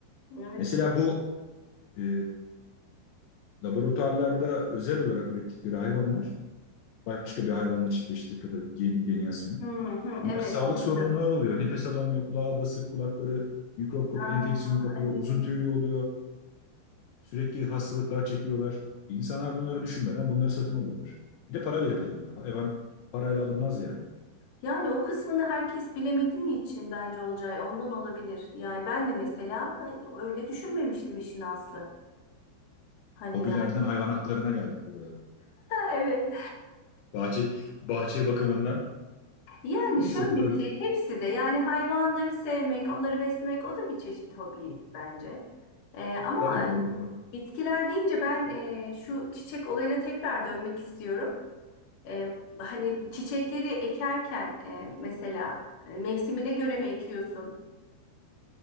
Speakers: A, on the left; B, on the left.
A: Evet.
B: Mesela bu e, laboratuvarlarda özel olarak ürettikleri hayvanlar başka bir hayvanla çiftleştirip ya da gen-
A: Hı hı,
B: Onlar
A: evet
B: sağlık
A: anladım.
B: sorunları oluyor. Nefes alamıyor, kulağı basık, kulakları mikrop kapı,
A: Aa,
B: enfeksiyon kapıyor,
A: evet.
B: uzun tüylü oluyor. Sürekli hastalıklar çekiyorlar. İnsanlar bunları düşünmeden bunları satın alıyorlar. Bir de para verip alıyorlar. Hayvan parayla alınmaz yani.
A: Yani o kısmını herkes bilemediği için bence Olcay ondan olabilir. Yani ben de mesela öyle düşünmemiştim işin aslı. Hani
B: Hobilerden
A: ya.
B: hayvan haklarına geldik bu arada.
A: <laughs> Evet.
B: Bahçe, bahçe bakımından.
A: Yani
B: Neyse
A: şöyle
B: bu
A: bir
B: da
A: şey hepsi de yani hayvanları sevmek, onları beslemek o da bir çeşit hobi bence. Ee, ama
B: tabii
A: e,
B: o, o
A: bitkiler deyince ben e, şu çiçek olayına tekrar dönmek istiyorum. E, hani çiçekleri ekerken e, mesela e, mevsimine göre mi ekiyorsun?